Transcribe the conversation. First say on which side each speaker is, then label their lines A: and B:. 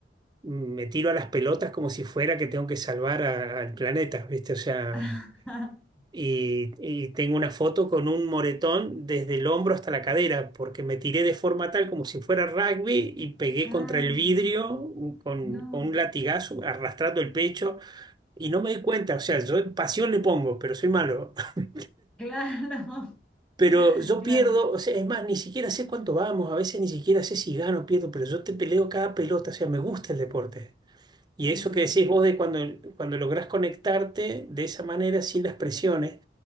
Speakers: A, on the right; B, in the centre.
A: me tiro a las pelotas como si fuera que tengo que salvar a- al planeta, ¿viste? O sea,
B: <laughs>
A: y, y tengo una foto con un moretón desde el hombro hasta la cadera, porque me tiré de forma tal como si fuera rugby y pegué
B: Ah,
A: contra el vidrio con,
B: no,
A: con un latigazo, arrastrando el pecho, y no me di cuenta. O sea, yo pasión le pongo, pero soy malo. <laughs>
B: claro,
A: Pero yo
B: <laughs> claro,
A: pierdo, o sea, es más, ni siquiera sé cuánto vamos, a veces ni siquiera sé si gano o pierdo, pero yo te peleo cada pelota, o sea, me gusta el deporte. Y
B: sí,
A: eso
B: sí,
A: que decís vos de cuando, cuando lográs conectarte de esa manera, sin las presiones